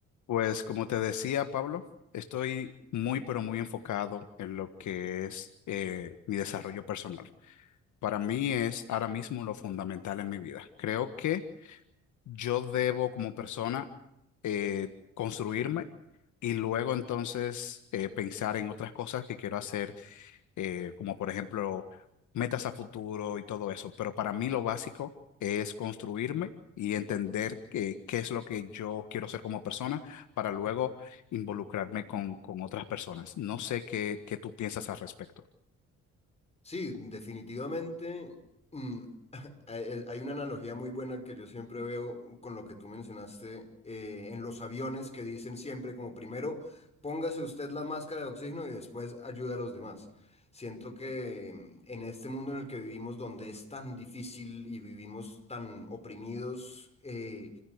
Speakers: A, on the left; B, on the left.
A: Pues como te decía, Pablo, estoy muy, pero muy enfocado en lo que es eh, mi desarrollo personal. Para mí es ahora mismo lo fundamental en mi vida. Creo que yo debo como persona eh, construirme y luego entonces eh, pensar en otras cosas que quiero hacer eh, como por ejemplo metas a futuro y todo eso. Pero para mí lo básico es construirme y entender que- qué es lo que yo quiero ser como persona para luego involucrarme con, con otras personas. No sé qué, qué tú piensas al respecto.
B: Sí, definitivamente. mm, <laughs> hay el- hay una analogía muy buena que yo siempre veo con lo que tú mencionaste eh, en los aviones que dicen siempre como primero póngase usted la máscara de oxígeno y después ayude a los demás. Siento que en este mundo en el que vivimos, donde es tan difícil y vivimos tan oprimidos, eh,